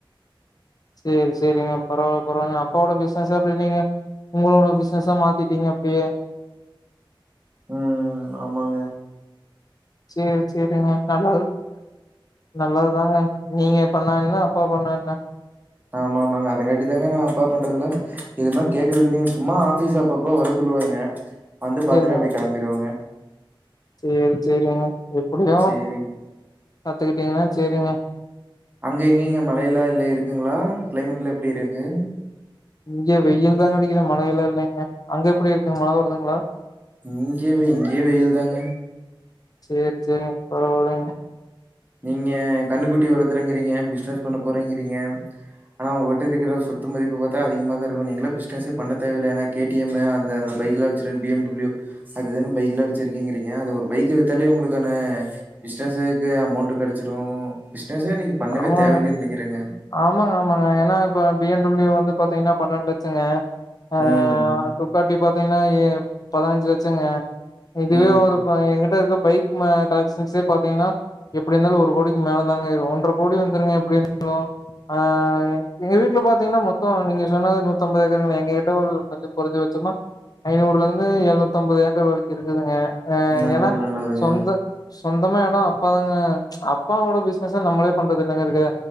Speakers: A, on the left; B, on the right.
A: சேரி சேரிங்க பரவால்ல பரவால்லங்க அப்பாவோட பிசினஸ் அப்டி நீங்க உங்களோட பிசினஸா மாத்திட்டீங்க அப்டியே
B: ம் ஆமாங்க
A: சேர் சேரிங்க நல்லது நல்லது தாங்க நீங்க பண்ணா என்ன அப்பா பண்ணா என்ன
B: ஆமா ஆமாங்க அதங்காட்டி தாங்க நா அப்பா பண்றதுல இதலா கேக்குறது இல்லேங்க சும்மா ஆபிஸ் அப்பப்ப வர சொல்லுவாருங்க வந்து பாத்துட்டு
A: சேரிங்க
B: அப்டியே கெளம்பிருவங்க
A: சேரி சேரிங்க எப்டியு
B: சரிங்க.
A: கத்துக்கிட்டீங்கன்னா சேரிங்க
B: அங்க எங்கிங்க மழையல்லா இல்ல இருக்குங்ளா கிளைமேட்லா எப்டி இருக்கு
A: இங்க வெயில் தா அடிக்குது மழையல்லா இல்லைங்க அங்க எப்டி இருக்குங்க மழ வருதுங்ளா
B: இங்க இங்கயே வெயில்தாங்க
A: சேர் சேரிங்க பரவால்லைங்க
B: நீங்க கன்னுக்குட்டி வளத்துறங்கறீங்க பிசினஸ் பண்ண போறேங்கிறீங்க ஆனா உங்ககிட்ட இருக்கிற சொத்து மதிப்பு பாத்தா அதிகமா தா இருக்கு நீங்களே பிசினஸே பண்ண தேவயில்ல ஏன்னா கேடிஎம் அந்த அந்த பைக்குலா வச்சிரு பி எம் டபிள்யூ அதுதானா பைக்லா வச்சிருக்குறேங்கிறீங்க ஒரு பைக்க வித்தாலே உங்களுக்கான பிசினஸ்க்கு அமௌன்ட் ட்டு கெடச்சிறு பிசினஸே இன்னைக்கு பண்ணவே
A: ஆமாங்க
B: தேவயில்லைன் நெனைக்கிறேங்க
A: ஆமாங்க ஆமாங்க ஏன்னா இப்ப பி என் டபிள்யூ வந்து பாத்தீங்கனா பன்னெண்டு லட்சங்க அ
B: ம்
A: டுக்காட்டி பாத்தீங்கனா ஏ பதினஞ்சு லட்சங்க இதுவே
B: ம்
A: ஒரு ஏ கிட்ட இருக்குற பைக் நம்ம கலெக்ஷன்ஸே பாத்தீங்கனா எப்டி இருந்தாலு ஒரு கோடிக்கி மேலதாங்க ஆய்ரு ஒன்ற கோடி வந்துருங்க எப்டி இருந்தாலு அ எங்க வீட்ல பாத்தீங்கனா மொத்தோ நீங்க நெல ஒரு நூத்தம்பது ஏக்கரு எங்ககிட்ட ஒரு பத்து கொறஞ்சபட்சமா ஐநூறுலருந்து எழுநூத்து ஐம்பது ஏக்கர் வரைக்கு இருக்குதுங்க அ
B: நல்லது
A: ஏன்னா
B: நல்லதுங்க.
A: சொந்த சொந்தமா எடோ அப்பாதாங்க அப்பாவோட பிசினஸ நம்மளே பண்றது என்னங்க இருக்கு